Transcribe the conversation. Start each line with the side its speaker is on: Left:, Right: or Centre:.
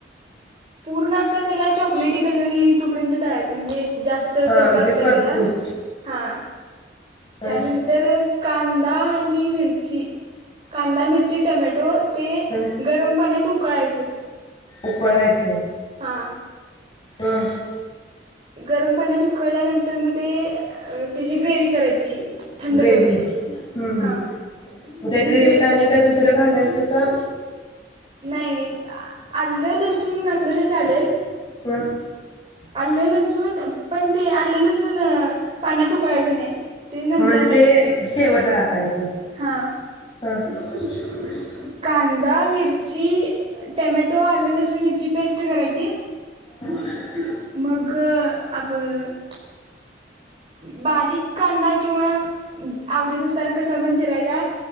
Right: पूर्ण अस त्याला चॉकलेटी कलर येई तोपर्यंत तळायच म्हणजे जास्त
Left: हा
Right: चव
Left: म्हणजे
Right: लागत्या
Left: करपूस
Right: त्याला हा
Left: ह
Right: त्यानंतर कांदा आणि मिरची <unintelligible> कांदा मिरची टोमॅटो ते
Left: ह
Right: गरम पाण्यात उकळायचं.
Left: उकळायचं.
Right: हा.
Left: ह्. हा.
Right: गरम पाण्यात उकळल्यानंतर मग ते तेची ग्रेवी करायची. थंड
Left: ग्रेवी
Right: करून.
Left: हम हम्
Right: हा
Left: त्या
Right: ती
Left: ग्रेवीत
Right: ग्रे
Left: आणि काय दुसरं घालायचं -- का?
Right: नाही. आलं, लसूून घातलं तर चालेल.
Left: हं.
Right: आलं लसूण - पण ते आलं लसून -- पाण्यात उकळवायच नाही. ते नंतर
Left: म्हणजे ते
Right: टाकायचं
Left: शेवटला टाकायचं.
Right: हा.
Left: ह. ज <unintelligible>
Right: कांदा, मिरची, टोमॅटो, आले, लसून हेची पेस्ट करायची.
Left: ह.
Right: मग आब -- बारीक का -- कांदा किंवा आवडीनुसार कसा पण चिरायचा